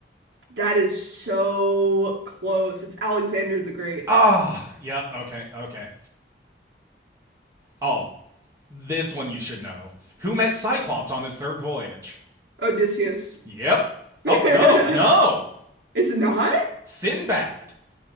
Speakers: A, on the right; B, on the right.
A: That is so close. It's Alexander the Great.
B: Ah, oh, yep. Yeah, Okay, okay. Oh, this one you should know. Who met Cyclops on his third voyage?
A: Odysseus.
B: Yep.
A: <laughs>
B: Oh, no, no.
A: It's not?
B: Sinbad.